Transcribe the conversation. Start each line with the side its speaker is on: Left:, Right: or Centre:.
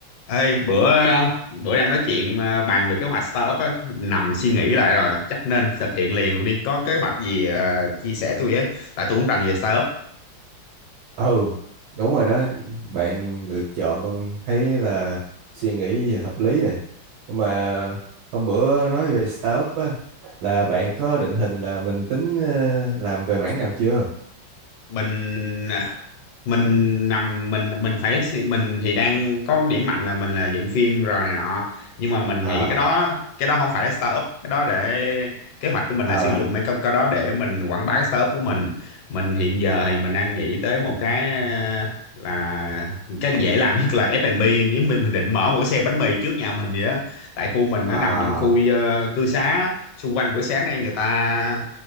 Left: Ê, bữa bữa đang nói chuyện à, bàn về kế hoạch startup á, nằm suy nghĩ lại rồi chắc nên thực hiện liền luôn đi có kế hoạch gì à, chia sẻ tôi với tại tôi cũng rành về startup
Right: ừ đúng rồi đó bạn lựa chọn con thấy là suy nghĩ hợp lý rồi nhưng mà hôm bữa nói về startup á là bạn có định hình là mình tính ờ, làm về mảng nào chưa
Left: mình à, mình nằm mình mình phải suy- mình thì đang có điểm mạnh là mình là dựng phim rồi này nọ nhưng mà mình
Right: à
Left: nghĩ cái đó cái đó không phải là startup cái đó để kế hoạch của mình
Right: à
Left: là sử dụng mấy cái, cái đó để mình quảng bá cái startup của mình mình hiện giờ thì mình đang nghĩ tới một cái ờ, là cái dễ làm nhất là F&B nếu mình, mình định mở một cái xe bánh mì trước nhà mình vậy đó tại khu mình
Right: à
Left: nó nằm trong khu ờ, cư xá xung quanh buổi sáng nay người ta